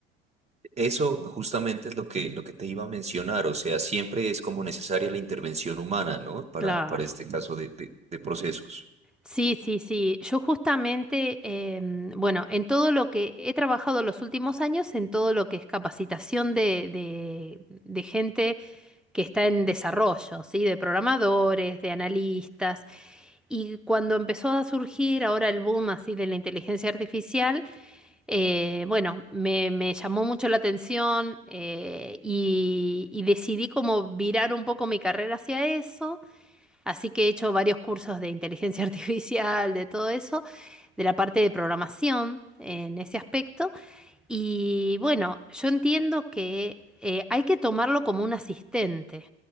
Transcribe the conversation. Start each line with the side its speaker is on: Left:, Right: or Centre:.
Right: Eso justamente es lo que, lo que te iba a mencionar, o sea, siempre es como necesaria la intervención humana, ¿no? Para,
Centre: Claro.
Right: para este caso de, de de procesos.
Centre: Sí, sí, sí. Yo justamente, em, bueno, en todo lo que he trabajado los últimos años, en todo lo que es capacitación de, de, de gente que está en desarrollo, ¿sí? De programadores, de analistas. Y cuando empezó a surgir ahora el boom así de la inteligencia artificial, eh, bueno, me, me llamó mucho la atención eh, y, y decidí como virar un poco mi carrera hacia eso. Así que he hecho varios cursos de inteligencia <laughs> artificial, de todo eso, de la parte de programación en ese aspecto. Y bueno, yo entiendo que eh, hay que tomarlo como un asistente,